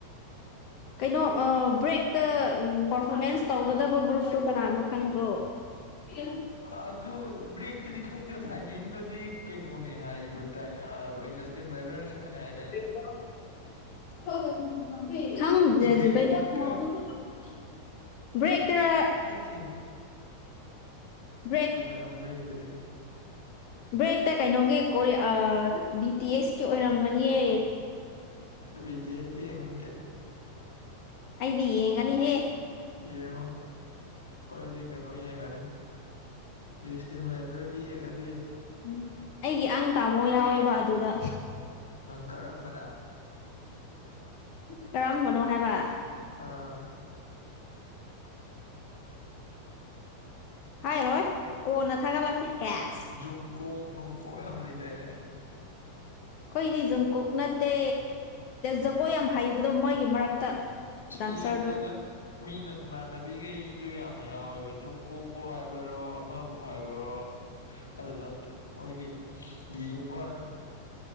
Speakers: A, on the left; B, on the left.
A: ꯀꯩꯅꯣ ꯕ꯭ꯔꯦꯛꯇ ꯄꯔꯐꯣꯔꯃꯦꯟ꯭ꯁ ꯇꯧꯒꯗꯕ ꯒ꯭ꯔꯨꯞꯇꯨ ꯀꯅꯥꯅꯣ ꯈꯪꯗ꯭ꯔꯣ ꯑ
B: ꯑꯗꯨ ꯕ꯭ꯔꯦꯛꯇꯗꯤ ꯈꯪꯗꯦ ꯐꯥꯏꯅꯦꯜꯗꯗꯤ ꯀꯩꯅꯣꯅꯦ ꯍꯥꯏꯕꯗꯥꯏꯅꯦ ꯖꯁꯇꯤꯟ ꯕꯥꯏꯕꯔꯅ ꯁꯛꯀꯅꯤ ꯍꯥꯏꯗꯥꯏꯅꯦ
A: <unintelligible> ꯍꯣꯏ ꯈꯪꯗꯦꯖꯤ
B: ꯕ꯭ꯔꯦꯛꯇ
A: ꯕ꯭ꯔꯦꯛꯦꯛ ꯇꯔ
B: ꯊ
A: ꯕ꯭ꯔꯦꯦꯛ
B: ꯑꯃ ꯕ꯭ꯔꯦꯛꯇꯗꯤ
A: ꯕ꯭ꯔꯦꯛꯇ ꯀꯩꯅꯣꯒꯤ ꯀꯣ ꯕꯤ ꯇꯤ ꯑꯦꯁ ꯀꯤ ꯑꯣꯏꯔꯝꯒꯅꯤꯌꯦ
B: ꯁ ꯕꯤ ꯇꯤ ꯑꯦꯁ ꯗꯤ ꯌꯦꯅꯤꯡꯇꯦ
A: ꯑꯩꯗꯤ ꯌꯦꯡꯉꯅꯤꯍꯦ
B: ꯌꯦꯡꯉꯣ ꯑꯩꯈꯣꯏꯗꯤ ꯀꯩꯅꯣ ꯌꯦꯡꯉꯅꯤ ꯁꯇꯦꯟ ꯥꯏꯚꯔꯒꯤ ꯌꯦꯡꯉꯗꯤ
A: ꯎꯝ ꯑꯩꯒꯤ ꯑꯪ ꯇꯥꯃꯣ ꯌꯥꯎꯋꯦꯕ ꯑꯗꯨꯗ
B: ꯀꯔꯝꯕꯅ
A: ꯀꯔꯝꯕꯅꯣ ꯍꯥꯏꯕ
B: ꯑꯥ
A: ꯍꯥꯏꯔꯣꯏ ꯀꯣꯟꯅ ꯊꯥꯒꯠꯂꯛꯀꯦ ꯍꯦꯁ
B: ꯖꯨꯡꯀꯣꯛ ꯅꯨꯡꯀꯣꯛ ꯌꯥꯝ ꯂꯩꯗꯥꯅꯦ
A: ꯑꯩꯈꯣꯏꯗꯤ ꯖꯪꯀꯣꯛ ꯅꯠꯇꯦ ꯖꯒꯣꯏ ꯌꯥꯝ ꯍꯩꯕꯗꯣ ꯃꯣꯏꯒꯤ ꯃꯔꯛꯇ ꯗꯥꯟꯁꯔꯗꯣ
B: ꯌꯦꯡꯗꯦꯗ ꯃꯤꯅ ꯏꯃꯥꯟꯅꯕꯤꯈꯩꯗꯨ ꯌꯥꯝꯅ ꯌꯥꯎꯋꯦꯕ ꯖꯨꯡ ꯀꯣꯛꯄꯨ ꯍꯥꯏꯕꯔꯣ ꯑꯃꯕꯨ ꯍꯥꯏꯕꯔꯣ ꯑꯗꯨꯗ ꯃꯣꯏꯒꯤ ꯌꯦꯡꯕꯅꯤ